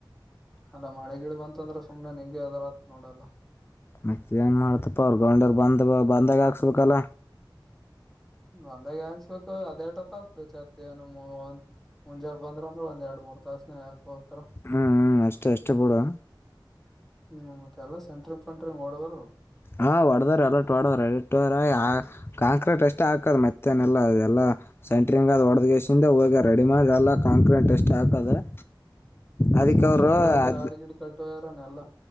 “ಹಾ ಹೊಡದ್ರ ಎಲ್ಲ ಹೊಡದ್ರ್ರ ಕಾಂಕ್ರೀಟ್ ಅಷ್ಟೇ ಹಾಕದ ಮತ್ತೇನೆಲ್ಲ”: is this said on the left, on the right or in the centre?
Left